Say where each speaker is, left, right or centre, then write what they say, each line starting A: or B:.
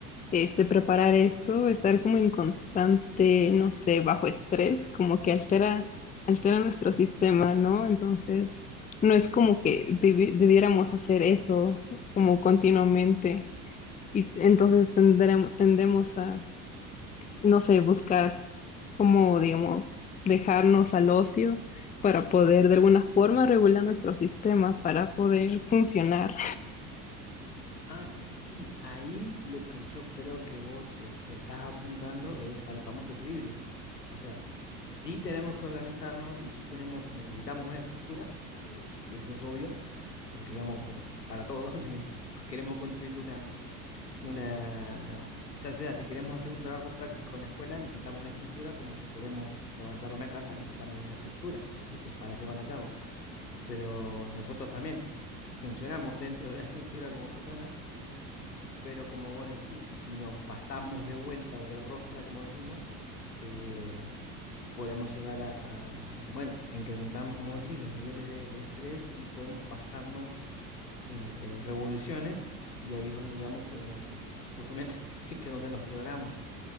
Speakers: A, on the left; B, on the left.
A: este, preparar esto, estar como en constante, no sé, bajo estrés, como que altera, altera nuestro sistema, ¿no? Entonces, no es como que debi- debiéramos hacer eso como continuamente y entonces tendremos, tendemos a, no sé, buscar como, digamos, dejarnos al ocio para poder de alguna forma regular nuestro sistema, para poder funcionar.
B: Ah, sí, ahí lo que yo creo que vos est- estás apuntando es al famoso equilibrio. O sea, sí tenemos que organizarnos y sí tenemos, necesitamos una estructura, eh, eso es obvio, porque digamos, con- para todos, <laughs> si queremos construir una, una, ya sea si queremos hacer un trabajo práctico en la escuela, necesitamos una estructura, como si queremos levantar una casa, necesitamos una estructura de lle- para llevarla a cabo. Pero nosotros también funcionamos dentro de una estructura como personas. Pero como vos decís, si nos pasamos de vuelta o de rosca, como decimos, eh, podemos llegar a, a- bueno, incrementamos, como decís, los niveles de, de estrés y podemos pasarnos eh, de revoluciones y ahí es donde, digamos, podemos, justamente, <laughs> que es donde nos quebramos.